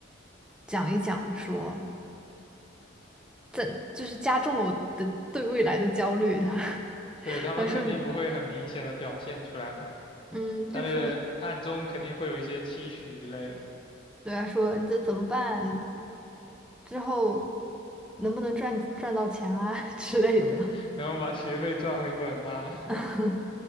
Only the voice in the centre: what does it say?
讲一讲说，这就是加重了我的对未来的焦虑。<laughs> 他
他说你，嗯，
就说对他说你这怎么办？之后能不能赚赚到钱啊 <laughs> 之类的？
<laughs>